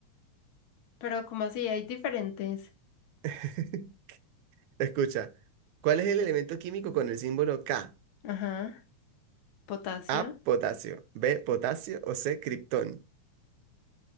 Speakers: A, on the left (about 70°); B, on the right (about 75°).
A: Pero como así? Hay diferentes.
B: <laughs> Escucha, ¿cuál es el elemento químico con el símbolo K?
A: Ajá. Potasio.
B: A, potasio. B, potasio o C, criptón. <laughs>